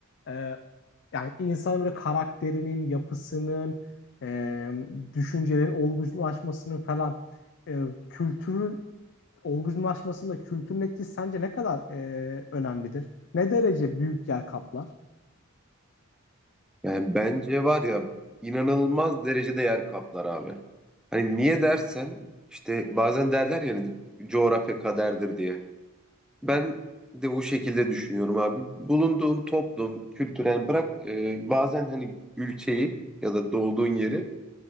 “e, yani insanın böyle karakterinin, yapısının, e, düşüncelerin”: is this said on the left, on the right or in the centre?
Left